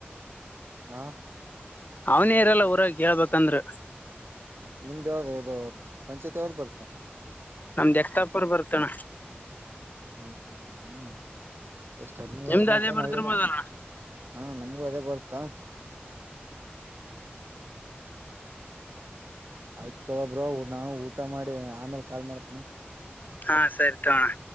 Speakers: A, on the right; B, on the left.
A: ಹಾ
B: ಅವ್ನೇ ಇರಲ್ಲ ಊರಾಗ್ ಕೇಳ್ಬೇಕಂದ್ರ
A: ನಿಮ್ದ ಯಾವ್ದ ಇದು ಪಂಚಾಯತ್ ಯಾವ್ದ್ ಬರ್ತು
B: ನಮ್ದ್ ಎಕ್ತಾಪರ್ ಬರ್ತಣ
A: ಹೌದಾ ಹ ಎಷ್ಟ್ ಹದ್ಮೂರ್
B: ನಿಮ್ದ್
A: ಹದ್ನಾಕೆನ
B: ಅದೇ ಬರ್ತಿರ್ಬೋದಣ
A: ಹಳ್ಳಿದಾವ್ ಹಾಂ ನಮ್ಗೂ ಅದೇ ಬರ್ತ್ತ ಆಯ್ತೊ ಒಬ್ರೋ ನಾವು ಊಟ ಮಾಡಿ ಆಮೇಲ್ ಕಾಲ್ ಮಾಡ್ತೇನೆ
B: ಹಾ ಸರಿ ತಗೋಣ